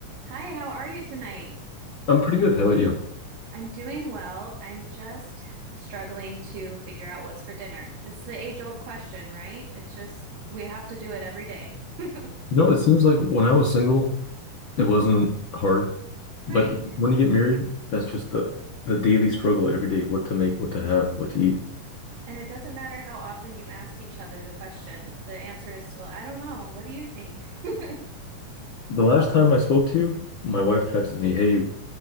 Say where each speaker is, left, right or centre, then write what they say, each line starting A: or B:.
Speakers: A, on the right; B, on the left.
A: Hi, how are you tonight?
B: I'm pretty good. How about you?
A: I'm doing well. I'm just struggling to figure out what's for dinner. It's the age-old question, right? It's just we have to do it every day. <laughs>
B: No, it seems like when I was single, it wasn't hard.
A: Right.
B: But when you get married, that's just the the daily struggle every day, what to make, what to have, what to eat.
A: And it doesn't matter how often you ask each other the question, the answer is still, I don't know. What do you think? <laughs>
B: The last time I spoke to you, my wife texted me, "Hey, you